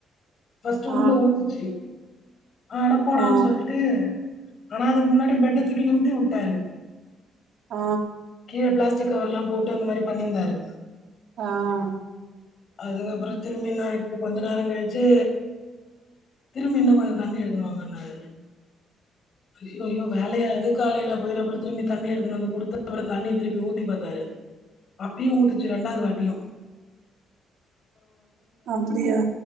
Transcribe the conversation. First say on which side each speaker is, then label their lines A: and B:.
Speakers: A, on the left (about 55°); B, on the right (about 75°).
A: ஃபஸ்ட்
B: ஆ
A: உள்ள ஊத்துச்சு அட போடான்னு
B: ஆ
A: சொல்ட்டு ஆனா அதுக்கு முன்னாடி பெட்ட தூக்கி நிமித்தி உட்டாரு
B: ஆ
A: கீழ பிளாஸ்டிக் கவர் எல்லா போட்டு அந்த மாறி பண்ணிந்தாரு
B: ஆஹ்
A: அதுக்கப்பறோ திரும்பி நா இப்ப கொஞ்ச நேரோ கழிச்சு திரும்பி இன்னு கொஞ்சோ தண்ணி எடுத்துனுவாங்கனாரு அய்யய்யோ வேலயா இது காலைல போய் அப்றோ திரும்பி தண்ணி எடுத்துனு வந்து கொடுத்து <unintelligible> தண்ணி திருப்பி ஊத்தி பாத்தாரு அப்பயு உத்துச்சு ரெண்டாவது வாட்டியு
B: அப்டியா